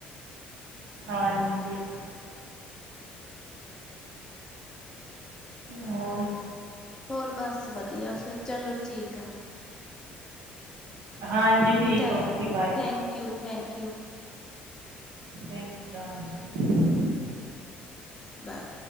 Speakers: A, on the right (about 80°); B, on the left (about 15°).
A: ਹਾਂਜੀ ਹੋਰ
B: ਹੋਰ ਬਸ ਵਧੀਆ, ਫੇਰ ਚਲੋ ਠੀਕ ਆ
A: ਹਾਂਜੀ ਠੀਕ
B: thank,
A: okay bye
B: thank you- thank you
A: thank you you ਹਾਂਜੀ
B: ਬਾਏ